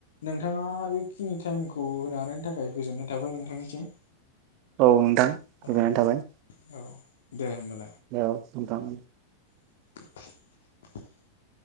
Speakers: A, on the left; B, on the right.
A: नों थाङा बै खिनि टाइमखौ होन हानायनि थाखाय गोजोननाय थाबाय नोंथांनिसिम
B: औ नोंथां गोजननाय
A: औ
B: थाबाय
A: औ दे होमबाल
B: लेव नोंथां
A: <inaudible>